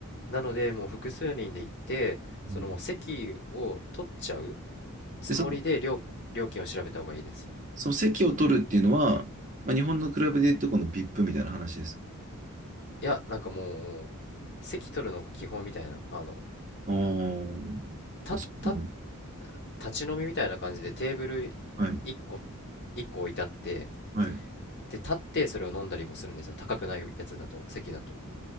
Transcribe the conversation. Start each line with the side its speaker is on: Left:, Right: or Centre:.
Left: なのでもう複数人で行ってそのもう席を取っちゃう
Right: うん
Left: つもりで料、
Right: で、その、
Left: 料金を調べた方がいいです
Right: その席を取るっていうのは、まあ、日本のクラブで言うとこの VIP みたいな話ですか
Left: いやなんかもう席取るのが基本みたいなあの
Right: ああー、
Left: た、
Right: あ、そうなの
Left: た、立ち飲みみたいな感じでテーブル1個
Right: はい。
Left: 1個置いてあって
Right: はい。
Left: で立ってそれを飲んだりもするんですよ高くないやつだと席だと